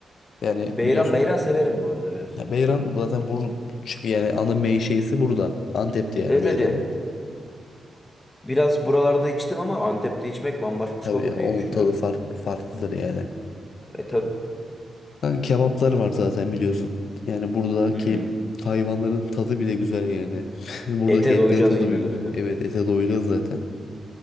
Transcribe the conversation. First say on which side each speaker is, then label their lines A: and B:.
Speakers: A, on the left (about 70°); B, on the left (about 15°).
A: Yani
B: Beyran
A: biliyorsun
B: beyran severim bu arada biraz.
A: ya beyran zaten bur çünkü yani ana mey şeysi burada. Antep'te yani
B: Evet
A: beyranın.
B: evet ya. Biraz buralarda içtim ama Antep'te içmek bambaşka
A: Tabii
B: olur
A: ya, onun
B: diye düşünüyorum.
A: tadı fark, farklıdır yani.
B: E tabii.
A: Yani kebaplar var zaten biliyorsun. Yani buradaki
B: Hı hı.
A: hayvanların tadı bile güzel yani. <laughs> Buradaki
B: Ete
A: etlerin
B: doyacağız
A: tadı
B: gibi
A: bir,
B: duruyor.
A: evet ete doyuyor zaten.